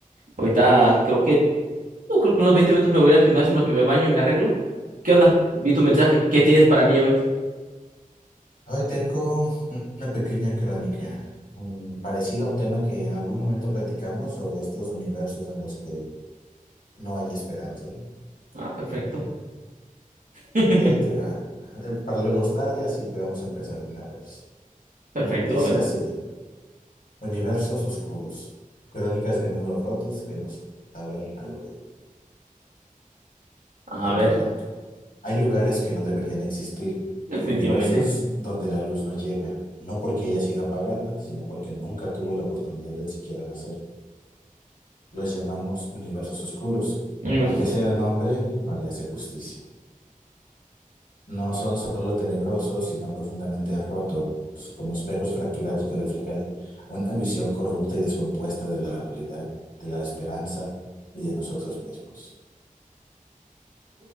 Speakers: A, on the right; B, on the left.
A: ahorita creo que, no, creo que unos 20 minutos me voy al gimnasio en lo que me baño y me arreglo. ¿Qué onda? Vi tu mensaje, ¿qué tienes para mí hoy?
B: Hoy tengo una pequeña crónica, un, parecido a un tema que en algún momento platicamos sobre estos universos en los que no hay esperanza.
A: Ah, perfecto, <laughs>
B: Y ahí te va. Eh, Para luego es tarde, así que vamos a empezar de una vez.
A: perfecto,
B: Dice
A: a ver,
B: así, universos oscuros, crónicas de mundos rotos que nos hablan al oído.
A: a
B: Continuando.
A: ver,
B: Hay lugares que no deberían existir,
A: definitivamente,
B: universos donde la luz no llega, no porque haya sido apagada, sino porque nunca tuvo la oportunidad de siquiera nacer. Los llamamos universos oscuros,
A: universo
B: aunque sea
A: oscuro.
B: nombre no le hace justicia. No son solo tenebrosos, sino profundamente rotos, como espejos fracturados que reflejan una visión corrupta y descompuesta de la realidad, de la esperanza y de nosotros mismos.